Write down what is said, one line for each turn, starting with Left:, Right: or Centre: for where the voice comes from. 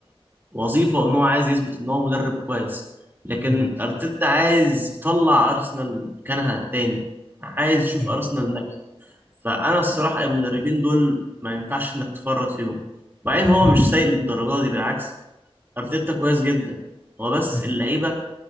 Right: كوظيفة وان هو عايز يثبت ان هو مدرب كويس لكن
Centre: مم.
Right: ارتيتا عايز يطلع ارسنال مكانها تاني عايز يشوف
Centre: ايوه
Right: ارسنال ناجحة فانا الصراحة المدربين دول ما ينفعش انك تفرط فيهم وبعدين هو مش سيء للدرجة دي بالعكس ارتيتا كويس جدا هو بس
Centre: مم.
Right: اللعيبة